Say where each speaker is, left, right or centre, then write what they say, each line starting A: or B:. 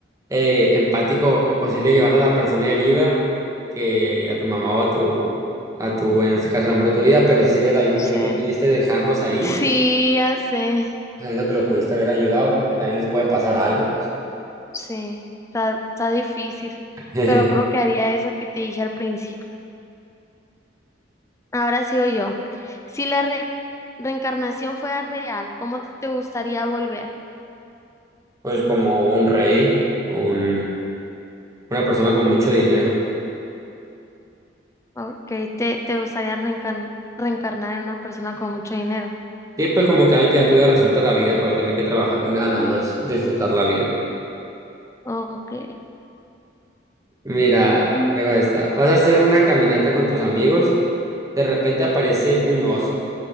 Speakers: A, on the right (about 15°); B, on the left (about 15°).
A: eh, empático posible llevar a la persona herida que a tu mamá o a tu, a tu, en este caso, el amor de tu vida, pero sí sería también un
B: Sí.
A: poquito triste dejarlos ahí,
B: Sí, ya sé,
A: sabiendo que los pudiste haber ayudado porque también les puede pasar algo, pues,
B: sí, está, está difícil,
A: <laughs>
B: pero creo que haría eso que te dije al principio. Ahora sigo yo. Si la re- reencarnación fuera real, ¿cómo te gustaría volver?
A: pues como un rey, o un, una persona con mucho dinero.
B: Ok, te, te gustaría reencarn- reencarnar en una persona con mucho dinero.
A: Sí, pues como que alguien que ya tuviera resuelta la vida para no tener que trabajar ni nada, nada más disfrutar la vida.
B: Ok.
A: Mira,
B: Mm,
A: luego está. Vas a hacer una caminata con tus amigos, de repente aparece un oso.